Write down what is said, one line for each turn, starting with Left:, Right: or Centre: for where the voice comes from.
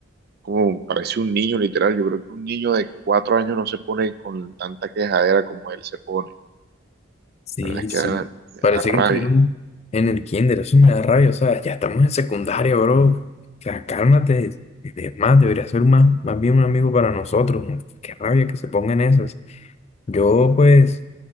Right: como parece un niño, literal. Yo creo que un niño de cuatro años no se pone con tanta quejadera como él se pone.
Left: Sí,
Right: La verdad es que
Left: sí.
Right: da, me
Left: Parece
Right: da rabia.
Left: que estuvieron en el kinder, eso me da rabia, o sea, ya estamos en secundaria, bro. O sea, cálmate. Es más, debería ser más, más bien un amigo para nosotros. ¿no? Qué rabia que se pongan esas. Yo, pues.